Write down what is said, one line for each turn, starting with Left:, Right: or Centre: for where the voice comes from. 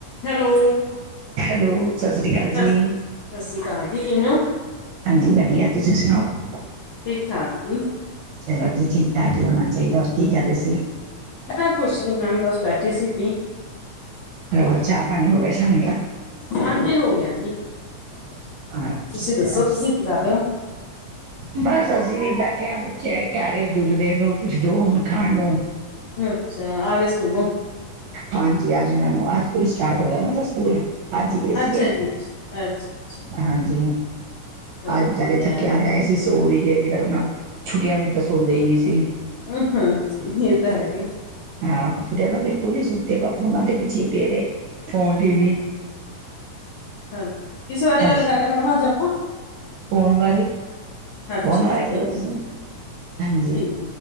Left: ਹੈਲੋ।
Right: ਹੈਲੋ, ਸਤਿ ਸ੍ਰੀ ਅਕਾਲ ਜੀ।
Left: ਸ ਸਤਿ ਸ਼੍ਰੀ ਅਕਾਲ ਜੀ। ਕਿਵੇਂ ਹੋ?
Right: ਹਾਂਜੀ, ਵਧੀਆ ਤੁਸੀਂ ਸੁਣਾਓ?
Left: ਠੀਕ ਠਾਕ ਜੀ
Right: ਚਲੋ ਜੀ ਠੀਕ। ਜਾ ਕੀ ਹੋਣਾ ਚਾਹੀਦਾ। ਔਰ ਕੀ ਕਰ ਰਹੇ ਸੀ?
Left: ਮੈਂ, ਕੁਛ ਨੀ ਮੈਮ। ਬਸ ਬੈਠੇ ਸੀ ਫਰੀ।
Right: ਹੋਰ, ਚਾਹ- ਪਾਣੀ, ਹੋ ਗਿਆ ਸ਼ਾਮ ਦਾ।
Left: ਹਾਂਜੀ, ਹੋ ਗਿਆ ਜੀ। ਤੁਸੀਂ
Right: ਅੱਛਾ,
Left: ਦੱਸੋ, ਤੁਸੀਂ ਕੀ ਕਰ ਰਹੇ ਹੋ?
Right: ਬਸ ਅਸੀਂ ਵੀ, ਬੈਠੇ ਹਾਂ। ਬੱਚੇ ਕਹਿ ਰਹੇ, ਦੁੱਧ ਦੇ ਦੋ, ਕੁਛ ਦੋ ਹੁਣ ਖਾਣ ਨੂੰ।
Left: ਅੱਛਾ। ਆ ਗਏ ਸਕੂਲ ਦੋ।
Right: ਹਾਂਜੀ, ਅੱਜ ਇਹਨਾਂ ਨੂੰ। ਅੱਜ ਤੋਂ ਹੀ ਸਟਾਰਟ ਹੋਇਆ। ਓਨਦਾ ਸਕੂਲ। ਅੱਜ ਹੀ, ਗਣੇ
Left: ਅੱਛਾ
Right: ਸੀਗੇ।
Left: ਜੀ ਅੱਛਾ ਅੱਛਾ ਅੱਛਾ
Right: ਹਾਂਜੀ।
Left: ਚਲੋ
Right: ਆਜ
Left: ਵਧੀਆ
Right: ਵਿਚਾਰੇ ਥੱਕੇ- ਹਾਰੇ ਆਏ ਸੀ। ਸੋ ਵੀ ਗਏ ਨੇ ਅਪਨਾ, ਛੁੱਟੀਆਂ ਵਿੱਚ ਤਾਂ ਸੌਂਦੇ ਹੀ ਨਹੀਂ ਸੀ।
Left: ਹਾਂ, ਹਾਂਜੀ। ਇਹ ਤਾਂ, ਹੈਗਾ ਹੀ।
Right: ਹਾਂ, ਛੁਟਿਆ ਤਾਂ ਬਿਲਕੁਲ ਨੀ ਸੁੱਤੇ। ਵਾ ਫੋਨਾਂ ਦੇ, ਪਿੱਛੇ ਪਣੇ ਰਹੇ। Phone, TV.
Left: ਹਾਂ, ਕਿਸ ਬਾਰੇ, ਗੱਲ
Right: ਅੱਜ
Left: ਕਰ ਰਹੇ। ਮੈਡਮ ਅੱਜ ਆਪਾਂ।
Right: ਫੋਨ ਬਾਰੇ
Left: ਅੱਛਾ
Right: ਫੋਨ ਬਾਰੇ
Left: ਜੀ,
Right: ਕਰੋ
Left: ਠੀਕ
Right: ਤੁਸੀਂ?
Left: ਹੈ ਜੀ,
Right: ਹਾਂਜੀ,
Left: ਠੀਕ।